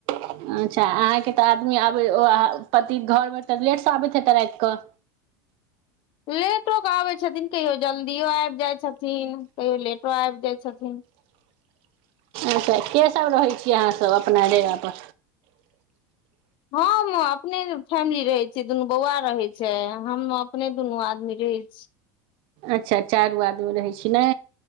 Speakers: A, on the right; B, on the left.
A: अच्छा अहाँके तऽ आदमी आब पति घर मे तऽ लेट से आबैत हेत राति कऽ
B: लेटोेक आबै छथिन कहियो जल्दियो आबि जाइ छथिन कहियो लेटो आबि जाइ छथिन
A: अच्छा के सभ रहैत छी अहाँसभ अपना डेरापर
B: हम अपने फैमिली रहैत छियै दुनू बौआ रहैत छै हम अपने दुनू आदमी रहै छी
A: अच्छा चारू आदमी रहै छी ने